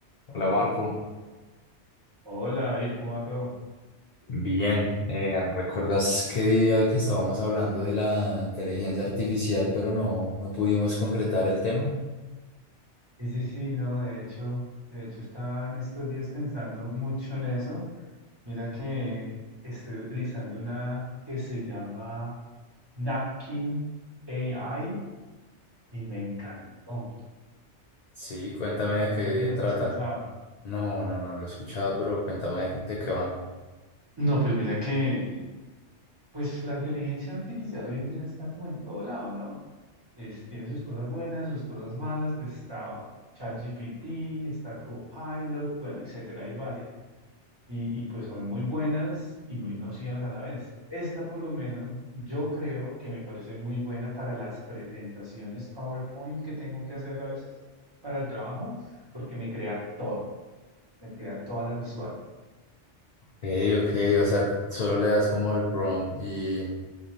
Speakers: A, on the left (about 60°); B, on the right (about 25°).
A: Hola Marco,
B: Hola David, ¿cómo va todo?
A: bien, eh, ¿recuerdas qué día que estábamos hablando de la inteligencia artificial, pero no, no pudimos concretar el tema?
B: Sí, sí, sí, no, de hecho, de hecho estaba en estos días pensando mucho en eso. Mira que estoy utilizando una que se llama Napkin AI y me encantó,
A: Sí,
B: me
A: cuéntame
B: encantó.
A: de
B: No
A: qué
B: sé si las
A: trata.
B: has escuchado.
A: No, no, no, lo he escuchado, pero cuéntame de, qué de qué va.
B: No, pues mira que, pues la inteligencia artificial hoy en día está como en todo lado, ¿no? Es- tiene sus cosas buenas, sus cosas malas, pues está ChatGPT, está Copilot, bueno, etcétera, hay varias. y, y pues son muy buenas y muy nocivas a la vez. Esta por lo menos yo creo que me parece muy buena para las presentaciones PowerPoint que tengo que hacer a veces para el trabajo, porque me crea todo, me crea todas las visuales.
A: Ey, ok, o sea, solo le das como el prompt y